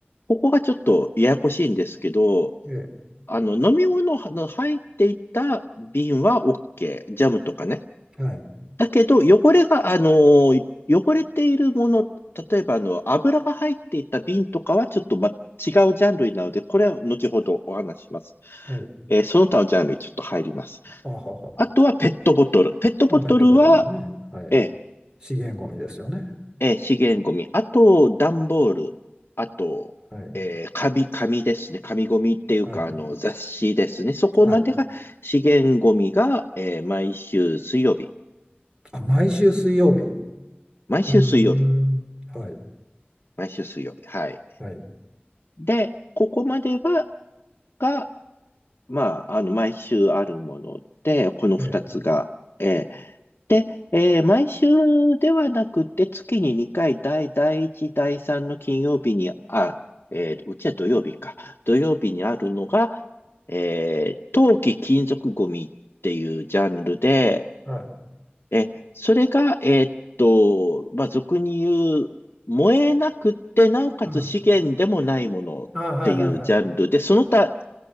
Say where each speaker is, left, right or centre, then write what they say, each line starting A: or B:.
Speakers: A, on the left; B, on the right.
A: ここがちょっとややこしいんですけど、
B: え
A: あの、飲み物の入っていた瓶は OK。ジャムとかね。
B: え、はい、
A: だけど、汚れが、あのー汚れているもの、例えば、あの、油が入っていた瓶とかはちょっと、ま、違うジャンルなので、これは後ほどお話しします。
B: はい、
A: えーその他のジャンルにちょっと入ります。
B: あはは、
A: あとはペットボトル。ペットボトルは、
B: あ、ペットボトルのね、はい、
A: ええ
B: 資源ゴミですよね。
A: えー、資源ゴミ。あと、段ボール。あと、
B: はい、はい、
A: えー紙、紙ですね。紙ゴミっていうか、
B: はい、
A: あの、雑誌ですね。そこまでが資源ゴミが、
B: はい。
A: えー毎週水曜日。
B: あ、毎週水曜日。
A: 毎週水曜日。
B: うーん、はい、
A: 毎週水曜日。はい。
B: はい、
A: で、ここまでは、が、まあ、あの、毎週あるもので、この二つが、
B: ええ、
A: えーで、えー毎週ではなくて、月に2回、第、第1、第3の金曜日に、あ、えーうちは土曜日か。土曜日にあるのが、えー冬金属ゴミっていうジャンルで、
B: はい、
A: えそれが、えーっと、まあ、俗に言う、燃えなくって、なおかつ資源でもないものっていうジャンルで、
B: うん、あ、はい、はい、はい。
A: その他、